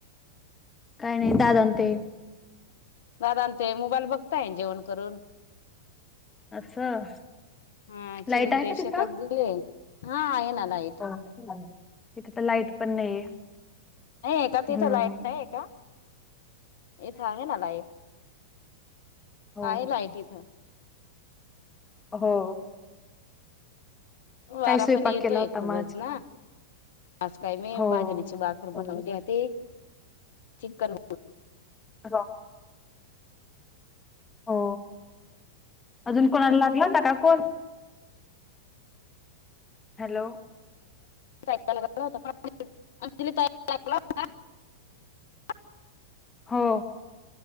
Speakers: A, on the left; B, on the left.
A: काही नाही दादा ते.
B: दादात मोबाईल बघताय जेवण करून.
A: असं
B: हा चिवून
A: लाईट आहे
B: ते
A: का तिथं
B: शेतात गेले. हा आहे ना. लाईट
A: हो तिथे तर लाईट पण नाहीये
B: नाही आहे का तिथं
A: हम्म
B: लाईट नाही आहे का इथं आहे ना लाईट.
A: हो
B: आहे लाईट इथं.
A: हो.
B: वारा
A: काय स्वयंपाक
B: पण येतोय
A: केला होता
B: खूपच
A: म आज?
B: ना. आज काय मी
A: हो.
B: बाजेरीची बाखर बनवली होती. चिकन.
A: <unintelligible> हो अजून कोणाला लागलं ना का. कोण. हॅलो
B: <unintelligible>
A: हो.